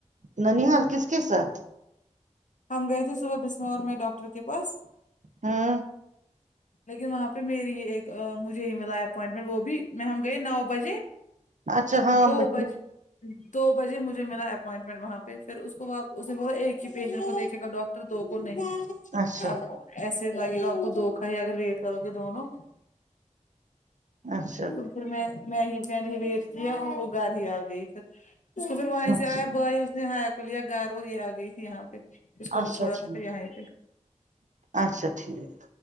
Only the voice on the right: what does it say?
ننیحال کس کے ساتھ
ہمم
اچھا ہاں
میں
اچھا
اچھا
اچھا
اچھا
ٹھیک
اچھا ٹھیک